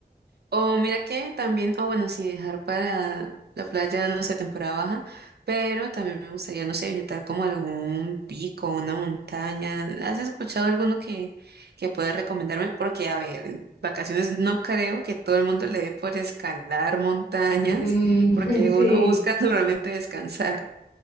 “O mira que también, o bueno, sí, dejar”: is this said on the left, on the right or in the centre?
Right